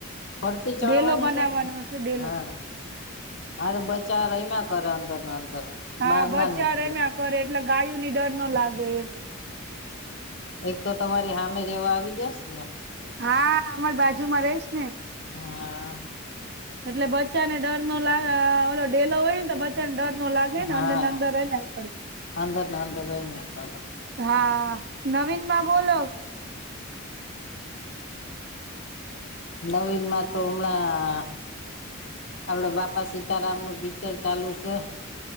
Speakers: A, on the left; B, on the right.
A: ફરતી ચણવાની
B: ડેલો બનાવવાનો
A: છે
B: હશે ડેલો
A: હા હા તો બસ ચાર અમાં કરે અંદર ને અંદર.
B: હા
A: બહાર
B: બચા
A: ના નીકળી
B: એમ કરે એટલે ગાયો ની ડર ન લાગે એ.
A: એક તો તમારી હામે રેવા આવી જસ ને!
B: હા અમાર બાજુમાં રહીશ ને
A: હા
B: એટલે બચ્ચાને ડર નો લ ઓ ડેલો હોય ને તો બ ચંડર નો લાગે ને
A: હા
B: અંદર અંદર ર ને આડ
A: અંદર ને અંદર રમ્યા કરે
B: હા નવીન બોલો.
A: નવીન માં તો હમણાં આપડે બાપા સીતારામ નું પિક્ચર ચાલુ છે.